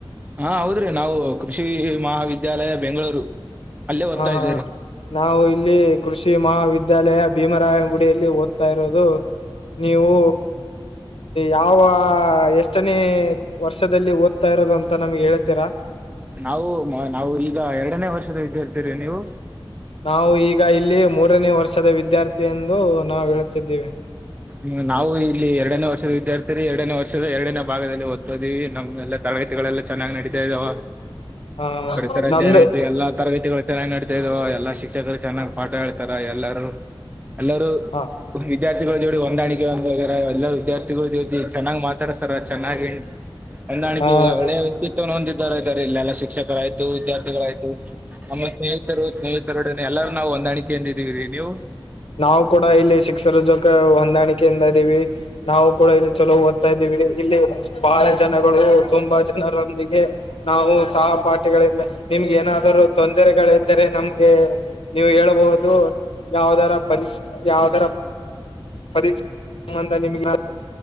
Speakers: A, on the right (about 15°); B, on the left (about 85°).
A: ಹಾ ಹೌದ್ರಿ ನಾವು ಕೃಷಿ ಮಹಾವಿದ್ಯಾಲಯ ಬೆಂಗಳೂರು. ಅಲ್ಲೇ ಓದ್ತಾ
B: ಹಾ, ಹಾ
A: ಇದ್ದೇರಿ
B: ನಾವು ಇಲ್ಲಿ ಕೃಷಿ ಮಹಾವಿದ್ಯಾಲಯ ಭೀಮರಾಯನಗುಡಿಯಲ್ಲಿ ಓದ್ತಾ ಇರೋದು. ನೀವು ಯಾವ ಎಷ್ಟನೇ ವರ್ಷದಲ್ಲಿ ಓದ್ತಾ ಇರೋದು ಅಂತ ನಮ್ಗೆ ಹೇಳ್ತೀರಾ.
A: ನಾವು ನಾವು ಈಗ ಎರಡನೇ ವರ್ಷದ ವಿದ್ಯಾರ್ಥಿರೀ ನೀವು.
B: ನಾವು ಈಗ ಇಲ್ಲಿ ಮೂರನೇ ವರ್ಷದ ವಿದ್ಯಾರ್ಥಿ ಎಂದು ನಾವು ಹೇಳತಿದ್ದೀವಿ.
A: ಹ್ಮ, ನಾವು ಇಲ್ಲಿ ಎರಡನೇ ವರ್ಷದ ವಿದ್ಯಾರ್ಥಿರಿ ಎರಡನೇ ವರ್ಷದ ಎರಡನೇ ಭಾಗದಲ್ಲಿ ಓದತೋದಿವಿ ನಮ್ಮೆ ತರಗತಿಗಳೆಲ್ಲ ಚೆನ್ನಾಗಿನಡೀತಾ ಇದಾವ
B: ಹ
A: ಪರಿಸರ ಅಧ್ಯಯನ
B: ನಮ್ದು
A: ಆಯ್ತು ಎಲ್ಲಾ ತರಗತಿಗಳು. ಚೆನ್ನಾಗಿ ನಡಿತಾಇದಾವ ಎಲ್ಲಾ ಶಿಕ್ಷಕರು ಚೆನ್ನಾಗಿಪಾಠ ಹೇಳ್ತಾರೆ ಎಲ್ಲರೂ ಎಲ್ಲರು
B: ಹ
A: ವಿದ್ಯಾರ್ಥಿಗಳ ಜೂಡಿ ಹೊಂದಾಣಿಕೆ ಎಲ್ಲ ವಿದಾರ್ಥಿ. <unintelligible> ಚೆನ್ನಾಗ್ ಮಾತಾಡಿಸ್ತಾರ ಚನ್ನಾಗಿ <unintelligible> ತ್ವೊಂಡ
B: ಹ
A: ಹೊಂದಾರ ಇದತಾರೆ ಇಲ್ಲೆಲ್ಲ ಶಿಕ್ಷಕರ ಆಯ್ತು ವಿದ್ಯಾರ್ಥಿಗಳಾಯ್ತು ನಮ್ಮ ಸ್ನೇಹಿತರು ಸ್ನೇಹಿತರೊಡನೆ ಎಲ್ಲರುನಾ ಹೊಂದಾಣಿಕೆಯಿಂದ ಇದೀವಿರಿ ನೀವು.
B: ನಾವು ಕೂಡ ಇಲ್ಲಿ ಶಿಕ್ಷರ ಜೋಕ ಹೊಂದಾಣಿಕೆಯಿಂದ ಇದೀವಿ ನಾವು ಕೂಡ ಇಲ್ಲಿ ಚೊಲೋ ಓದ್ತಾ ಇದೀವಿ ಇಲ್ಲಿ. ಬಹಳ ಜನಗಳು ತುಂಬಾ ಜನರೊಂದಿಗೆ ನಾವು ಸಹಪಾಟ್ ಗಳಿಂದ ನಿಮ್ಗೆ ಏನಾದ್ರು ತೊಂದರೆಗಳ್ದರೆ ನಮ್ಗೆ ನೀವು ಹೇಳ ಬಹುದು. ಯಾವುದರ ಪರಿಶ್ ಯಾವುದರ. ಪರೀಕ್ಷೆ ಸಂಬಂಧ ನಿಮ್